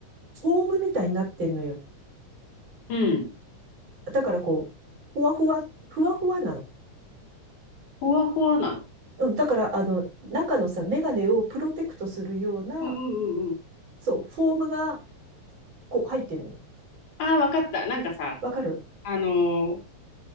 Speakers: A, on the right; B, on the left.
A: フォームみたいになってんのよ。
B: うん。
A: だからこう、ふわふわ、ふわふわなの。
B: ふわふわなの。
A: うん、だから、あの、中のさ、メガネをプロテクトするような、
B: うんうんうんうん。
A: そう、フォームが、こう、入ってんのよ。
B: ああ、わかった。なんかさ、
A: わかる
B: あのー